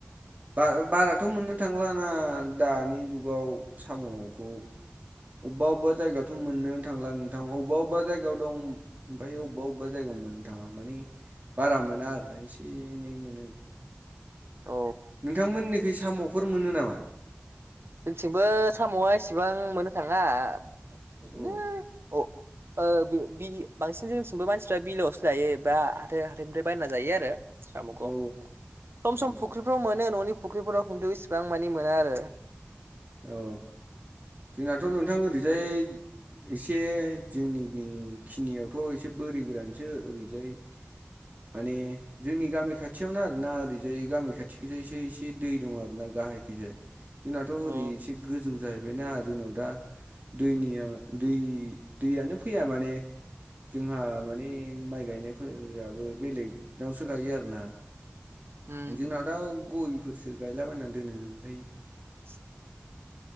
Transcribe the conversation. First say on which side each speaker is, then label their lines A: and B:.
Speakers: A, on the right (about 40°); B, on the right (about 70°).
A: बा बाराथ' मोननो थांलाना दानि जुगाव साम'खौ। अबबा अबबा जायगायावथ' मोनोनो थांला नोंथां अबबा अबबा जायगायाव दं आमफ्राय अबबा अबबा जायगायाव मोननो थाङा माने बारा मोना आरोना एसे एनै मोनो।
B: औ
A: नोंथांमोननिखै साम'फोर मोनो नामा?
B: जोंथिंबो साम'आ इसेबां मोननो थाङा। बिदिनो
A: अ
B: अ ओ बि बि बांसिन जोंनिथिंबो मानसिफ्रा बिलोआवसो लायो बा हाथाइ हाथाइनिफ्राय बायना जायो आरो सामुखौ
A: औ
B: सम सम
A: औ
B: फुख्रिफ्राव मोनो न'नि फुख्रिफोराव खिन्थु इसिबां माने मोना आरो
A: औ जोंनाथ' नोंथां ओरैजाय एसे जोंनि खिनियावथ' एसे बोरि गोरानसो ओरैजाय माने जोंनि गामि खाथियावनो आरोना ओरैजाय गामि खाथिखैजायसो एसे दै दं आरो ना ओखैजाय जोंनाथ' ओरै
B: अ
A: एसे गोजौ जा योना जोंनाव दा दैनिया दैनि दैयानो फैया माने जोंहा माने माइ गायनायफोराबो बेलेगनावसो गायो आरोना।
B: उम
A: जोंनाव दा गयफोरसो गायलाबायनानै दोनो ओमफ्राय
B: <unintelligible> <inaudible>